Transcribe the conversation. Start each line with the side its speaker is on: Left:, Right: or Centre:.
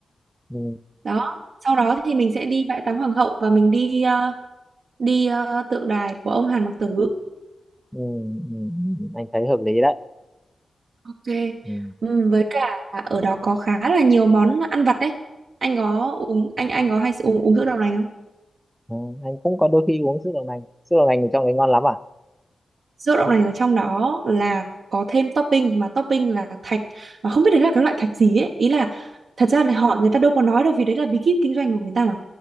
Centre: Ừ.
Right: đó sau đó thì mình sẽ đi bãi tắm hoàng hậu và mình đi ờ, đi ờ, tượng đài của ông Hàn Mặc Tử
Centre: Ừ. Ừ. ừ, ừ, ừ, Anh thấy hợp lý đấy
Right: ok
Centre: ừ.
Right: Ừm, với cả là ở đó có khá là nhiều món ăn vặt đấy anh có uống anh anh có hay uống uống sữa đậu nành không
Centre: Ừ, anh cũng có đôi khi uống sữa đậu nành sữa đậu nành thì trong đấy ngon lắm à
Right: sữa đậu nành ở trong đó là có thêm topping mà topping là thạch mà không biết đấy là cái loại thạch gì ấy ý là thật ra là họ người ta đâu có nói đâu vì đấy là bí kíp kinh doanh của người ta mà